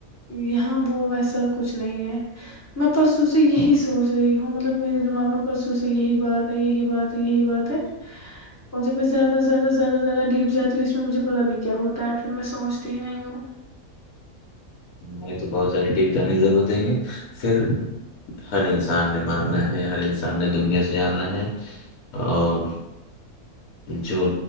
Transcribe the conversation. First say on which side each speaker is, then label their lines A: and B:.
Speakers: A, on the left; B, on the left.
A: یہاں وہ ویسا کچھ نہیں ہے میں پرسوں سے یہی سوچ رہی ہوں مطلب میرے دماغ میں پرسوں سے یہی بات ہے یہی بات ہے یہی بات ہے اور جب میں زیادہ سے زیادہ زیادہ زیادہ ڈیپ جاتی ہوں اس میں مجھے پتا نہیں کیا ہوتا ہے پھر میں سوچتی ہی نہیں ہوں
B: ہم تو بہت سارے ٹپ جانے ضرور دیں گے پھر ہر انسان نے مرنا ہے ہر انسان نے دنیا سے جا ہے اور جو